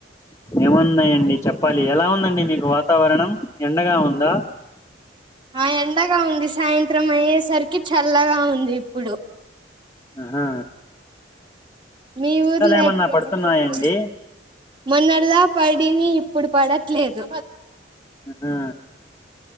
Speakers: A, on the left (about 15°); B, on the right (about 25°).
A: ఏమున్నాయండి చెప్పాలి. ఎలా ఉందండి మీకు వాతావరణం, ఎండగా ఉందా.
B: ఆ ఎండగా ఉంది. సాయంత్రం అయ్యేసరికి చల్లగా ఉంది ఇప్పుడు.
A: హా
B: మీ ఊర్లో
A: ఏమన్నా
B: అయితయా
A: పడుతున్నాయండి
B: చెప్పు. మొన్నడదా పడిని, ఇప్పుడు పడట్లేదు.
A: హా